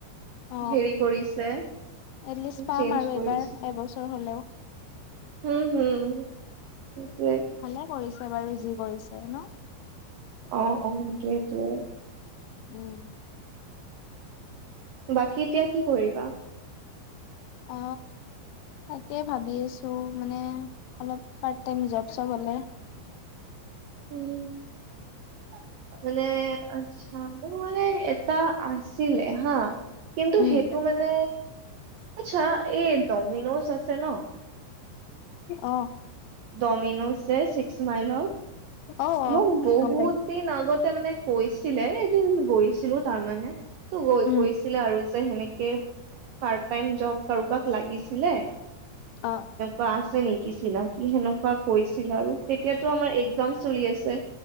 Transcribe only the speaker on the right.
হেৰি কৰিছে
চেঞ্জ
কৰিছে
হম হম সেইটোৱে
অ অ সেইটোৱে সেইটোৱে
বাকী এতিয়া কি কৰিবা
উম মানে আচ্ছা মোৰ মানে এটা আছিলে হা কিন্তু
সেইটো মানে আচ্ছা এই ডমিনজ আছে ন
ডমিন'জ যে ছিক্স মাইলত
মোক বহুত
দিন আগতে মানে কৈছিলে এদিন গৈছিলো তাৰমানে ত'
কৈছিলে আৰু যে সেনেকে পাৰ্ট টাইম জব কাৰোবাক লাগিছিলে
বা আছে নেকি চিনাকি সেনেকুৱা কৈছিল আৰু তেতিয়াটো আমাৰ এক্জাম চলি আছে